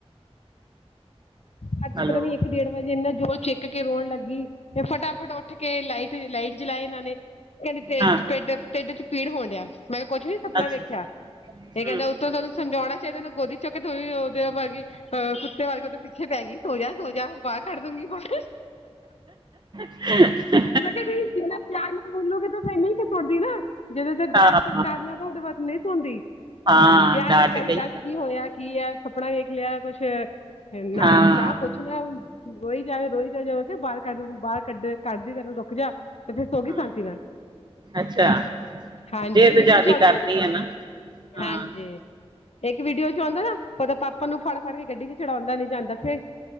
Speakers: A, on the left (about 75°); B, on the right (about 45°).
A: ਰਾਤੀ
B: ਹੈਲੋ
A: ਪਤਾ ਨੀ ਇੱਕ ਡੇਢ ਵਜੇ ਇਨਾ ਜੋਰ ਛਿੱਕ ਕੇ ਰੋਣ ਲੱਗੀ। ਤੇ ਫਟਾਫਟ ਉੱਠ ਕੇ ਲਾਈਟ, ਲਾਈਟ ਜਲਾਈ ਇਹਨਾਂ ਨੇ। ਕਹਿੰਦੇ
B: ਹਾਂ
A: ਪਿੱਡ ਚ ਢਿੱਡ 'ਚ ਪੀੜ ਹੋਣ ਡਿਆ, ਮੈਂ ਕਿਹਾ ਕੁੱਛ ਵੀ ਸੁਪਨਾ
B: ਅੱਛਾ
A: ਵੇਖਿਆ, ਇਹ
B: ਹੂੰ
A: ਕਹਿੰਦੇ ਉਤੋ ਤੈਨੂੰ ਸਮਝਾਉਣਾ। ਕਹਿੰਦੇ ਉਹਨੂੰ ਗੋਦੀ ਚੁੱਕ ਕੇ ਤੂੰ ਵੀ ਉਹਦੇ ਵਰਗੀ ਅਹ ਕੁੱਤੇ ਹਰਕਤਾ ਉਹਦੇ ਪਿੱਛੇ ਪੈ ਗਈ ਸੋ ਜਾ-ਸੋ ਜਾ। ਬ ਬਾਹਰ ਕੱਢਦੂਗੀ ਬਾਹਰ
B: ਹਮ <inaudible>
A: ਮੈਂ ਕਿਹਾ ਜਿੰਨਾ ਤੁਸੀ ਪਿਆਰ ਨਾਲ ਬੋਲੋਗੇ ਤਾਂ ਫਿਰ ਨਹੀਂ ਸੋਂਦੀ ਨਾ। ਜਦੋਂ ਡਾਟ
B: ਹਾਂ
A: ਫਟਕਾਰੀਆ ਦਉ ਉਦੋ ਬਾਅਦ ਨਹੀਂ ਸੌਦੀ।
B: ਹਾਂ
A: ਪਿਆਰ
B: ਡਾਟ
A: ਨਾਲ ਕਹਿ ਰਹੀ
B: ਗਈ
A: ਦੱਸ ਕੀ ਹੋਇਆ ਕੀ ਏ ਸਪਨਾ ਵੇਖ ਲਿਆ ਕੁਛ। ਏਨਾ
B: ਹਾਂ
A: ਨਾ ਕੁੱਛ ਨਾ। ਰੋਈ ਜਾਵੇ ਰੋਈ ਜਾਵੇ, ਜਦੋ ਮੈਂ ਕਿਹਾ ਬਾਹਰ ਕੱਢਦੂ ਬਾਹਰ ਕੱਢਦੀ ਤੈਨੂੰ ਰੁਕ ਜਾ। ਤੇ ਫਿਰ ਸੋ ਗਈ
B: ਹੂੰ
A: ਸ਼ਾਂਤੀ ਨਾਲ,
B: ਅੱਛਾ
A: ਹਾਂਜੀ
B: ਜਿੱਦ
A: ਇੱਕ ਵੀਡੀਓ
B: ਜ਼ਿਆਦੀ
A: ਚ ਆਦਾ।
B: ਕਰਦੀ ਹੈ ਨਾ ਹਾਂ
A: ਹਾਂਜੀ,
B: ਹੂੰ
A: ਇੱਕ ਵੀਡੀਓ ਚ ਆਉਦਾ ਨਾ ਉਹ ਦਾ ਪਾਪਾ ਉਹਨੂੰ ਫੜ੍ਹ-ਫੜ੍ਹ ਕੇ ਗੱਡੀ ਚ ਚੜਾਉਦਾ ਨੀ। ਜਾਂਦਾ ਫਿਰ